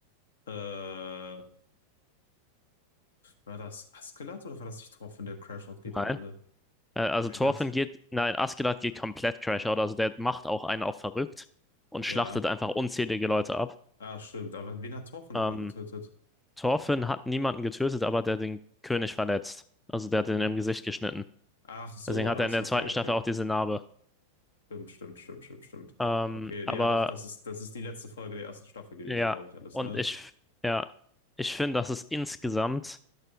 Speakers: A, on the left; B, in the centre.
A: Äh, war das Askelat oder war das nicht Thorfinn, der Crash-Out geht
B: Nein.
A: am Ende?
B: Äh, also
A: Nein,
B: Thorfinn
A: hat.
B: geht, nein, Askeladd geht komplett Crash Out. Also der macht auch einen auf verrückt und schlachtet
A: Ja.
B: einfach unzählige Leute ab.
A: Ach, stimmt. Aber wen hat Torfe nochmal
B: Ähm,
A: getötet?
B: Thorfinn hat niemanden getötet, aber der hat den König verletzt. Also der hat den im Gesicht geschnitten.
A: Ach, so
B: Deswegen
A: war
B: hat
A: das.
B: er in der
A: Okay,
B: zweiten
A: okay.
B: Staffel auch diese Narbe.
A: Stimmt, stimmt, stimmt, stimmt, stimmt.
B: Ähm,
A: Okay,
B: aber
A: ja doch, das ist, das ist die letzte Folge der ersten Staffel gewesen,
B: ja,
A: glaube ich, alles,
B: und
A: ne?
B: ich, ja, ich finde, dass es insgesamt